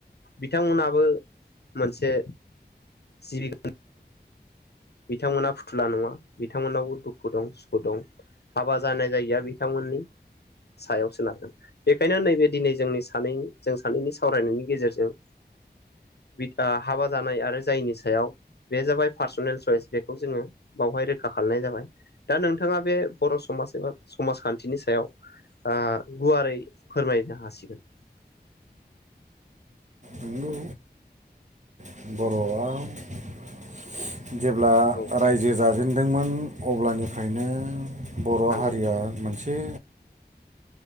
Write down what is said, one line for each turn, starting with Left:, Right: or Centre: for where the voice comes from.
Left: बिथांमोनाबो मोनसे जिब बिथांमोनहा फुथुला नङा बिथांमोनावबो दुखु दं सुखु दं हाबा जानाय जायिया बिथांमोननि सायाव सोनारगोन। बेखायनो नैबे दिनै जोंनि सानै जों सानैनि सावरायनायनि गेजेरजों बि आ हाबा जानाय आरो जायिनि सायाव बे जाबाय पार्सनेल चयस बेखौ जोङो बावहाय रोखा खालामनाय जाबाय। दा नोंथाङा बे बर' समाज एबा समाजखान्थिनि सायाव आ गुवारै फोरमायनो हासिगोन।
Right: नंगौ। बर'आ जेब्ला
Left: औ
Right: रायजो जाजेनदोंमोन अब्लानिफ्रायनो बर'
Left: नंगौ
Right: हारिया मोनसे